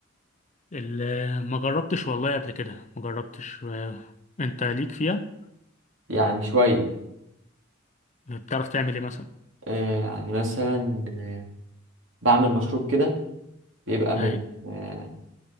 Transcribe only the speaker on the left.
ال- ما جربتش والله قبل كده ما جربتش آه، انت ليك فيها
بتعرف تعمل ايه مثلا
اي